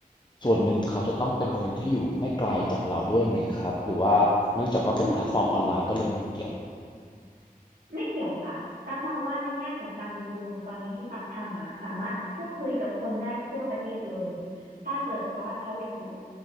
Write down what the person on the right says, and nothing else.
อืมไม่เกี่ยวค่ะตักมองว่าในแง่ของการดูดวงตอนนี้ที่ตักทำอ่ะสามารถพูดคุยกับคนได้ทั่วประเทศเลยถ้าเกิดว่าเขาอยากดูกับ